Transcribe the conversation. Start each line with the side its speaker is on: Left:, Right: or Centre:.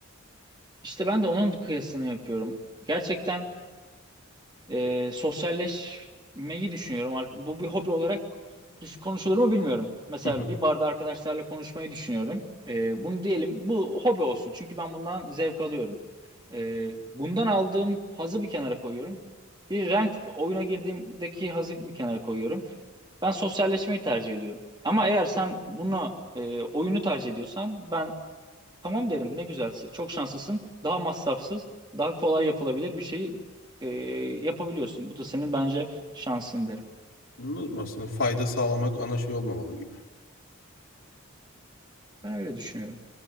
Right: İşte ben de onun kıyasını yapıyorum. Gerçekten Ee, sosyalleşmeyi düşünüyorum. Ar- Bu bir hobi olarak düş- konuşulur mu bilmiyorum. Mesela
Left: Hı hı.
Right: bir barda arkadaşlarla konuşmayı düşünüyorum. Ee, bunu diyelim bu hobi olsun. Çünkü ben bundan zevk alıyorum. Ee, bundan aldığım hazı bir kenara koyuyorum. Bir ranked oyuna girdiğimdeki hazı bir kenara koyuyorum. Ben sosyalleşmeyi tercih ediyorum. Ama eğer sen bunu e, oyunu tercih ediyorsan ben Tamam derim ne güzel çok şanslısın daha masrafsız daha kolay yapılabilir bir şeyi e, yapabiliyorsun. Bu da senin bence şansın derim.
Left: Anladım. Aslında fayda sağlamak ana şey olmamalı gibi.
Right: Ben öyle düşünüyorum.